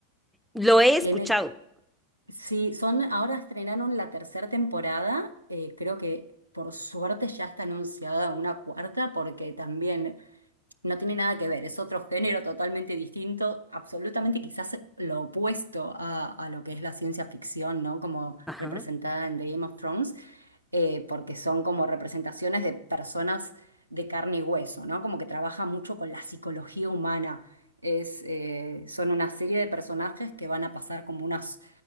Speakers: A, in the centre; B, on the right.
A: Lo he escuchado.
B: Tiene, sí, son, ahora estrenaron la tercera temporada. eh, creo que por suerte ya está anunciada una cuarta porque también No tiene nada que ver, es otro género totalmente distinto, absolutamente quizás lo opuesto a, a lo que es la ciencia ficción, ¿no? Como
A: Ajá,
B: representada en The Game of Thrones, eh, porque son como representaciones de personas de carne y hueso, ¿no? Como que trabaja mucho con la psicología humana. Es, eh, son una serie de personajes que van a pasar como unas